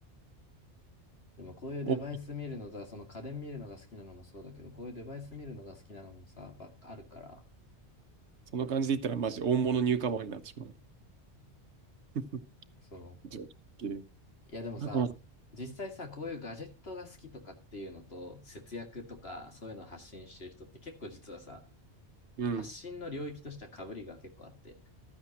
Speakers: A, on the left; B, on the right.
A: でもこういうデバイス見るのさ、
B: お、
A: その家電見るのが好きなのもそうだけど、こういうデバイス見るのが好きなのもさ、ばっかあるから。
B: その感じで言ったらマジ大物ニューカマーになってしまう。<laughs>
A: そう。
B: じゃあ、綺麗。
A: いや、でもさ、
B: あ、この、
A: 実際さ、こういうガジェットが好きとかっていうのと、節約とか、そういうのを発信してる人って結構実はさ、
B: うん。
A: 発信の領域としては被りが結構あって。だか